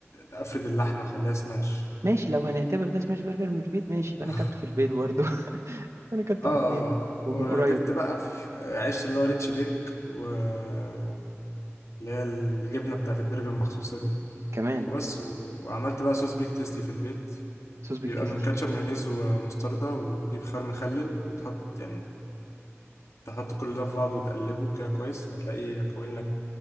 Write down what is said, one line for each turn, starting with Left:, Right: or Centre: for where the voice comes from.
Left: افرد اللحمه اخليها سماش
Right: ماشي لو هنعتبر ده سماش برجر من البيت ماشي يبقى
Left: <laughs>
Right: انا اكلته في البيت برضو <laughs> انا اكلته
Left: اه
Right: في البيت
Left: وجبت
Right: ومن قريب
Left: بقى في عيش اللي هو ريتش بيك واللي هي الجبنه بتاعت البرجر المخصوصه دي
Right: كمان
Left: وبس و- وعملت بقى صوص بيك تيستي في البيت
Right: صوص بيك
Left: بيبقى
Right: تيستي
Left: من كاتشب مايونيز ومستردة وبتجيب خيار مخلل وتحط يعني تحط كل ده في بعضه وتقلبه كده كويس هتلاقيه كوين لك